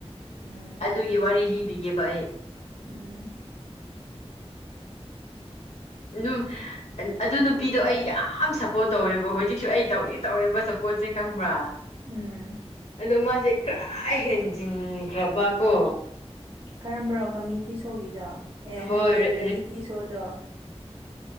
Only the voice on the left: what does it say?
ꯑꯗꯨꯒꯤ ꯋꯥꯔꯤ ꯂꯤꯕꯤꯒꯦꯕ ꯑꯩ
ꯅꯨ ꯑꯗꯨ ꯅꯨꯄꯤꯗꯣ ꯑꯩ ꯌꯥꯝ ꯁꯞꯄꯣꯔꯠ ꯇꯧꯋꯦꯕ ꯍꯧꯖꯤꯛ ꯀꯁꯨ ꯑꯩ ꯇꯧꯗꯤ ꯇꯧꯋꯦꯕ ꯁꯄꯣꯠꯁꯦ ꯈꯪꯕ꯭ꯔꯥ
ꯑꯗꯣ ꯃꯥꯁꯦ ꯈꯔ ꯍꯦꯟꯖꯤꯟꯈ꯭ꯔꯕ ꯀꯣ
ꯍꯣꯏ